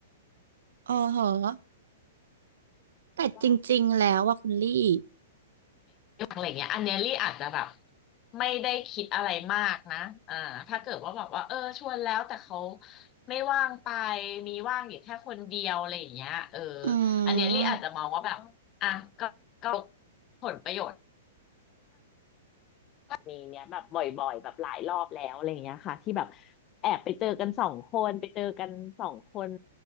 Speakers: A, on the right (about 75°); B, on the left (about 25°).
A: อ๋อเหรอแต่จริงๆแล้วว่าคุณลี่
B: ว่า อะไรเงี้ยอันเนี้ยลี่อาจจะแบบไม่ได้คิดอะไรมากนะอ่าถ้าเกิดว่าแบบว่าเออชวนแล้วแต่เขาไม่ว่างไปมีว่างอยู่แค่คนเดียวอะไรอย่างเงี้ยเออ
A: อื
B: อันเนี้ยลี่อาจจะมองว่าแบบอ่ะก็ก็
A: ม
B: ผลประโยชน์ มีเนี้ยแบบบ่อยๆแบบหลายรอบแล้วอะไรอย่างเงี้ยค่ะที่แบบแอบไปเจอกันสองคนไปเจอกันสองคน